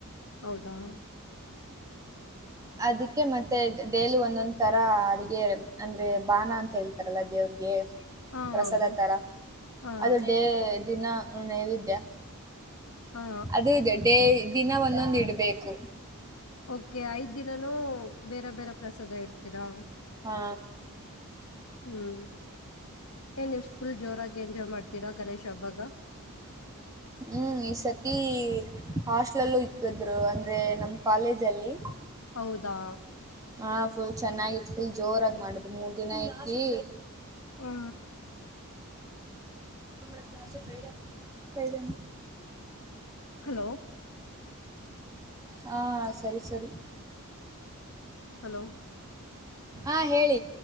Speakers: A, on the left (about 70°); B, on the right (about 15°).
A: ಹೌದಾ
B: ಅದಕ್ಕೆ ಮತ್ತೆ ಡೇಲಿ ಒಂದೊಂದ್ ತರ ಅಡಗೆ ಅಂದ್ರೆ ಬಾನ ಅಂತ ಹೇಳ್ತವಿ ಯಲ ದೇವ್ರಿಗೆ
A: ಹಾ
B: ಪ್ರಸಾದ
A: ಹೌದು
B: ತರ
A: ಹಾ
B: ಅದುಡ್ಡೇ ದಿನ ನೈವಿದ್ಯ
A: ಹಾ
B: ಅದು ಇದೆ ಡೇ ದಿನ ಒಂದೊಂದು ಇಡ್ಬೇಕು
A: ಓಕೆ ಐದ್ ದಿನಾನೂ ಬೇರೆ ಬೇರೆ ಪ್ರಸಾದ ಇಡ್ತೀರಾ
B: ಹಾ
A: ಹ್ಮ್ ಏನ್ವ್ ಫುಲ್ ಜೋರಾಗಿ ಎಂಜಾಯ್ ಮಾಡ್ತೀರಾ ಗಣೇಶ್ ಹಬ್ಬಾಗ
B: ಹ್ಮ್ ಈ ಸತಿ ಹಾಸ್ಟ ಇಕ್ಕಿದ್ರು ಅಂದ್ರೆ ನಮ್ ಕಾಲೇಜ ಅಲ್ಲಿ
A: ಹೌದಾ
B: ಹ ಫುಲ್ ಚೆನ್ನಾಗಿತ್ತು ಫುಲ್ ಜೋರಾಗಿ ಮಾಡುದು್ ಮೂರ್ ದಿನ ಇಕಿ
A: ಹ್ಮ
B: ಫ್ರೈಡೆ ಅಂತ ಫ್ರೈಡ
A: ಹಲೋ
B: ಹಾ ಸರಿ ಸರಿ
A: ಹಲೋ
B: ಹಾ ಹೇಳಿ